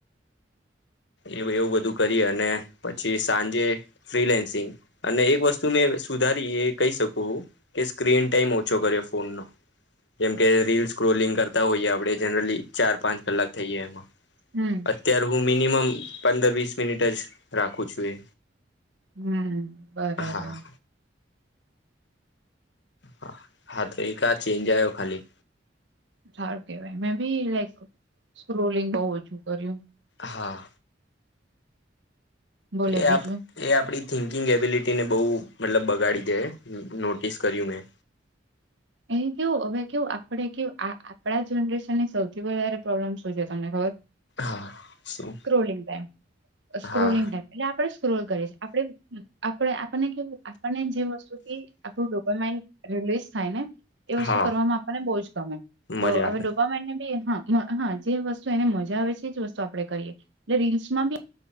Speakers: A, on the left; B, on the right.
A: એ એવું બધું કરી અને પછી સાંજે ફ્રીલેન્સિંગ અને એક વસ્તુ મેં સુધારી એ કહી શકું હું કે સ્ક્રીન ટાઈમ ઓછો કર્યો ફોન નો. જેમકે રીલસ સ્ક્રોલિંગ કરતા હોઈએ આપણે જનરલી ચાર પાંચ કલાક થઈ એ એમાં
B: હમ
A: અત્યાર હું મિનિમમ પંદર વીસ મિનિટ જ રાખું છું એ
B: હમ્મ, બરાબર.
A: હા હા, હા તો એ આ ચેન્જ આવ્યો ખાલી.
B: સારું કેવાય મેં બી લાઈક સ્ક્રોલિંગ બહુ ઓછું કર્યું.
A: હા.
B: બોલો
A: એ
B: બીજું
A: આપ એ આપડી થિંકિંગ એબિલિટીને બહુ મતલબ બગાડી દે નોટિસ કર્યું મેં
B: એ કેવું હવે કેવું આપણે કે આપણા જનરેશનની સૌથી વધારે પ્રોબ્લેમ શું છે, તમને ખબર?
A: હા શું
B: સ્ક્રોલિંગ ટાઈમ સ્ક્રોલિંગ
A: હા
B: ટાઈ એટલે આપણે સ્ક્રોલ કરી છે, આપે આપે આપણને કેવું આપને જે વસ્તુથી આપણું ડોપમાઈન રિલીઝ થાય ને, એ વસ્તુ
A: હા
B: કરવામાં આપણને બહુ જ ગમે તો
A: મજા આવે
B: હવે ડોપામાઈન ને બી હા હા, જે વસ્તુ એને મજા આવે છે, એ જ વસ્તુ આપડણે કરીએ એટલે રીલ્સમાં બી